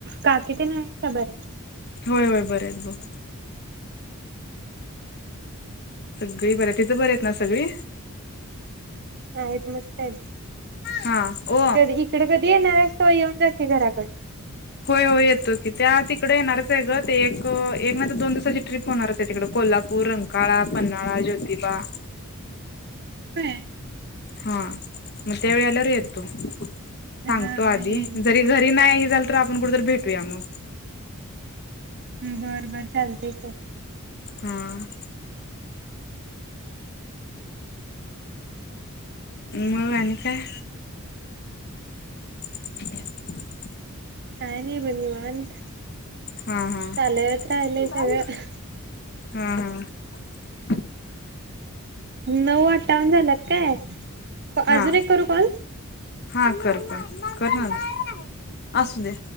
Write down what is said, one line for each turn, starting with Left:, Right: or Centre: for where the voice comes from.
Right: काकी ते ना आहेत का बरं?
Left: होय होय बरेत. हलो. सगळी बर आहे. तिथं बर आहेत ना सगळी?
Right: हायत मस्तायत.
Left: हा ओ
Right: कधी इकड कधी येणार आहेस तो येऊन जा कि घराकडे.
Left: होय होय येतो की त्या तिकडे येणारच आहे ग ते एक एक ना तर दोन दिवसाची ट्रिप होणारच आहे तिकड कोल्हापूर रंकाळा पन््हाळा ज्योतिबा
Right: ह.
Left: हा. मग त्यावेळी आल्यावर येतो सांगतो
Right: हा हा
Left: आधी
Right: येईन येईन
Left: जरी घरी नाही हे झाल तर आपण कुठ तररी भेटूया मग.
Right: बरं बर चालतय. ते
Left: हा. मग आणि काय? ह <inaudible>
Right: काय नाही बाई निवांत.
Left: हम्
Right: चालत राहिलय
Left: हम
Right: सगळं
Left: हम्म हम्.
Right: नऊ आठावन झालात काय? अजून
Left: हा
Right: एक करू काल?
Left: हा कर कर कर न असू दे.